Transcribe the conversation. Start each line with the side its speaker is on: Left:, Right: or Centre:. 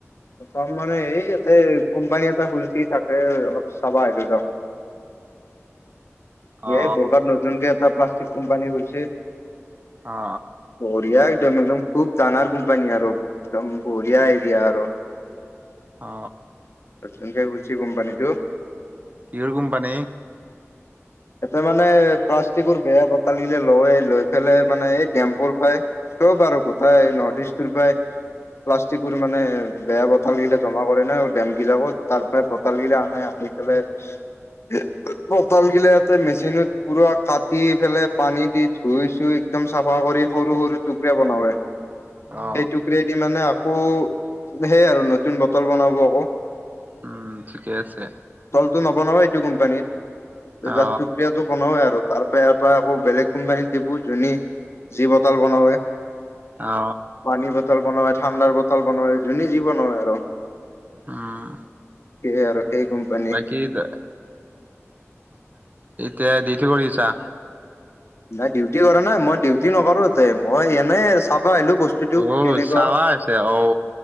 Left: থম মানে হে তাতে কোম্পানী এটা খুলচি তাকে অলপ চাবা আহিল ত
Right: অ
Left: এই বোৰখা নতুনকে প্লাষ্টিক কোম্পানী গৈছে
Right: অ
Left: বৰিয়া একদম একদম খুব ডাঙাৰ কোম্পানী আৰু একদম বঢ়িয়া এৰিয়া আৰু
Right: অ
Left: চোনকে খোলিছে কোম্পানীটো
Right: কিহৰ কোম্পানী
Left: এতে মানে প্লাষ্টিকৰ বেয়া বটল গিলে লয় লৈ পেলাই মানে এই ডেম্পোৰ পাই চব বাৰ কথা নৰ্থ ইষ্ট প্লাষ্টিক বোৰ মানে বেয়া বতল বিলাক জমা কৰে না বিলাকত তাৰ পৰা বটাল গিলা আনে আনি পেলাই বটাল গিলাতে মেচিনত পুৰা কাটি পেলাই পানী দি ধুই চুই একদম চাফা কৰি সৰু সৰু টুকুৰা বনোৱা হয়
Right: অ
Left: সেই টুকৰেদি মানে আকৌ সেই আৰু নতুন বটল বনাব আকৌ
Right: উম ঠিকে আছে
Left: টো নব নাও এইটো কোম্পানীত যা
Right: অ
Left: প্ৰক্ৰিয়াতটো বনাও ইয়াত তাৰ পৰা ইয়াৰ পৰা আকৌ বেলেগ কোম্পানীত দিবো যু যি বটাল বনওে
Right: অ
Left: পানী বটল বনোৱা ঠাণ্ডাৰ বটল বনোৱাৰ যোনে যি বনাই আৰু
Right: উম
Left: সে আৰু সেই কোম্পানী
Right: বাকী সেইত তিয়া দিউতি কৰি আছা।
Left: নাই দিউ- টি কৰা নাই মই ডিউটি নকৰো মই এনে চাব ব আহিলো বস্তুতো
Right: অ
Left: কেনেকুৱা
Right: চাবা হৈছে অ